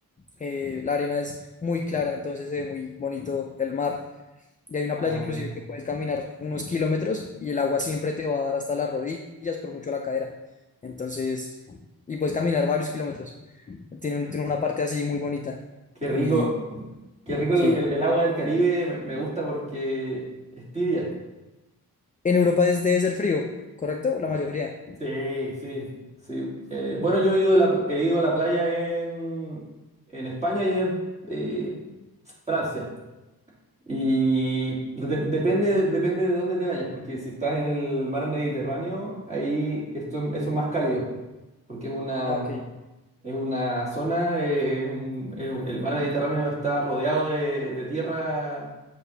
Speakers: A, on the left; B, on the right.
A: eh, la arena es muy clara, entonces se ve muy bonito el mar. Y hay una
B: Ah,
A: playa inclusive que puedes caminar unos kilómetros y el agua siempre te va a dar hasta las rodillas, por mucho la cadera. Entonces, y puedes caminar varios kilómetros. Tiene, un- tiene una parte así muy bonita.
B: qué
A: Y
B: rico, qué rico el,
A: sí,
B: el- el agua del Caribe, me, me gusta porque es tibia.
A: en Europa es- debe ser frío, ¿correcto? La mayoría.
B: Sí, sí, sí. Eh, bueno, yo he ido, a la, he ido a la playa en, en España y en eh, Francia. Y de- depende, depende de dónde te bañes, porque si estás en el mar Mediterráneo, ahí esto, es- eso es más cálido, porque es una,
A: Ah, ok.
B: Es una zona, eh, es un- es un- el mar Mediterráneo está rodeado de, de tierra,